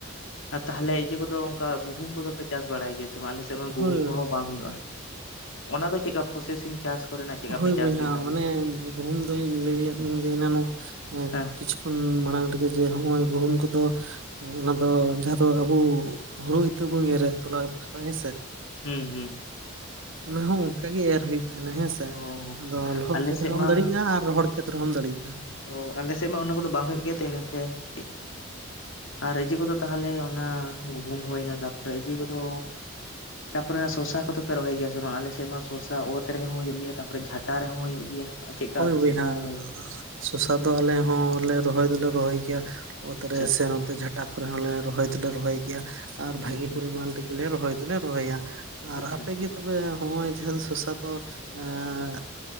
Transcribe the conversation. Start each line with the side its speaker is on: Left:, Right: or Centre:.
Left: ᱾ ᱛᱟᱦᱞᱮ ᱤᱭᱟᱹ ᱠᱚᱫᱚ ᱚᱱᱠᱟ ᱜᱩᱦᱩᱢ ᱠᱚᱫᱚ ᱯᱮ ᱪᱟᱥ ᱵᱟᱲᱟᱭ ᱜᱮᱭᱟ ᱥᱮ ᱵᱟᱝ ᱟᱞᱮ ᱥᱮᱫ ᱢᱟ ᱜᱩᱦᱩᱢ
Right: ᱦᱳᱭ
Left: ᱠᱚᱦᱚᱸ ᱵᱟᱝ ᱦᱩᱭᱩᱜᱼᱟ ᱾ ᱚᱱᱟ ᱫᱚ ᱪᱮᱫ ᱞᱮᱠᱟ ᱯᱨᱚᱥᱮᱥᱤᱝ ᱪᱟᱥ ᱠᱚᱨᱮᱱᱟᱜ ᱪᱮᱫ ᱞᱮᱠᱟ
Right: ᱦᱳᱭ
Left: ᱯᱮ ᱪᱟᱥ
Right: ᱵᱚᱭᱦᱟ
Left: ᱜᱮᱭᱟ? ᱛᱟᱦᱞᱮ
Right: ᱚᱱᱮ ᱜᱩᱦᱩᱢ ᱫᱩᱧ ᱞᱟᱹᱭᱟ ᱡᱮ ᱮᱱᱟᱱᱚᱜ
Left: ᱦᱮᱸ
Right: ᱠᱤᱪᱷᱩ ᱠᱷᱚᱱ ᱢᱟᱲᱟᱝ ᱨᱮᱜᱮ ᱡᱮ ᱦᱚᱸᱜᱼᱚᱭ ᱜᱩᱦᱩᱢ ᱠᱚᱫᱚ ᱚᱱᱟ ᱫᱚ ᱡᱟᱦᱟᱸ ᱫᱚ ᱟᱵᱚ ᱦᱩᱲᱩ ᱤᱛᱟᱹ ᱵᱚᱱ ᱮᱨᱮᱛ ᱛᱚᱞᱟ ᱵᱟᱠᱷᱨᱟ ᱦᱮᱸᱥᱮ
Left: ᱦᱩᱸ ᱦᱩᱸ ᱾
Right: ᱚᱱᱟ ᱦᱚᱸ ᱚᱱᱠᱟ ᱜᱮ ᱮᱨ ᱦᱩᱭᱩᱜᱼᱟ ᱾ ᱦᱩᱭᱩᱜ ᱛᱟᱦᱮᱸᱱᱟ ᱦᱮᱸᱥᱮ
Left: ᱚ
Right: ᱟᱫᱚ ᱞᱚᱦᱚᱫ
Left: ᱟᱞᱮ
Right: ᱠᱷᱮᱛ
Left: ᱥᱮᱫ
Right: ᱨᱮᱦᱚᱸᱚᱢ
Left: ᱢᱟ
Right: ᱫᱟᱲᱮᱜᱼᱟ ᱟᱨ ᱨᱚᱦᱚᱲ ᱠᱷᱮᱛ ᱨᱮᱦᱚᱸᱢ ᱫᱟᱲᱮᱜᱼᱟ ᱾
Left: ᱚ ᱟᱞᱮ ᱥᱮᱫ ᱢᱟ ᱚᱱᱟ ᱠᱚᱫᱚ ᱵᱟᱝ ᱦᱳᱭᱳᱜ ᱜᱮᱭᱟ ᱛᱚ ᱤᱱᱟᱹᱛᱮ ᱠᱟᱹᱴᱤᱡ ᱟᱨ ᱤᱡᱟᱹ ᱠᱚᱫᱚ ᱛᱟᱦᱞᱮ ᱚᱱᱟ ᱜᱩᱦᱩᱢ ᱦᱩᱭ ᱮᱱᱟ ᱛᱟᱨᱯᱚᱨᱮ ᱤᱡᱟᱹ ᱠᱚᱫᱚ ᱛᱟᱯᱚᱨᱮ ᱚᱱᱟ ᱥᱚᱥᱟ ᱠᱚᱫᱚᱯᱮ ᱨᱚᱦᱚᱭ ᱜᱮᱭᱟ ᱥᱮ ᱵᱟᱝ? ᱟᱞᱮ ᱥᱮᱫ ᱢᱟ ᱥᱚᱥᱟ ᱚᱛ ᱨᱮᱦᱚᱸ ᱦᱩᱭᱩᱜ ᱜᱮᱭᱟ ᱛᱟᱯᱚᱨᱮ ᱡᱷᱟᱴᱟ ᱡᱷᱴᱟ ᱨᱮᱦᱚᱸ ᱦᱩᱭᱩᱜ ᱜᱮᱭᱟ ᱟᱨ ᱪᱮᱫ ᱞᱮᱠᱟ
Right: ᱦᱳᱭ
Left: ᱟᱯᱮᱥᱮᱫ
Right: ᱵᱚᱭᱦᱟ
Left: ᱫᱚ ᱨᱚᱦᱚᱭ
Right: ᱥᱚᱥᱟ ᱫᱚ ᱟᱞᱮ ᱦᱚᱸᱞᱮ ᱨᱚᱦᱚᱭ ᱫᱚᱞᱮ ᱨᱚᱦᱚᱭ ᱜᱮᱭᱟ ᱾ ᱚᱛ
Left: ᱟᱪᱪᱷᱟ
Right: ᱨᱮ ᱥᱮ ᱱᱚᱛᱮ ᱡᱷᱟᱴᱟ ᱠᱚᱨᱮ ᱦᱚᱸᱞᱮ ᱨᱚᱦᱚᱭ ᱫᱚᱞᱮ ᱨᱚᱦᱚᱭ ᱜᱮᱭᱟ ᱟᱨ ᱵᱷᱟᱹᱜᱤ
Left: ᱟᱪᱪᱷᱟ
Right: ᱯᱚᱨᱤᱢᱟᱱ ᱮᱜᱮᱞᱮ ᱨᱚᱦᱚᱭ ᱫᱚᱞᱮ ᱨᱚᱦᱚᱭ ᱜᱮᱭᱟ ᱾ ᱟᱨ
Left: ᱟᱪᱪᱷᱟ
Right: ᱟᱯᱮ ᱜᱮ ᱛᱚᱵᱮ ᱦᱚᱸᱜᱼᱚᱭ ᱡᱮ ᱥᱚᱥᱟ ᱫᱚ ᱮᱸᱜ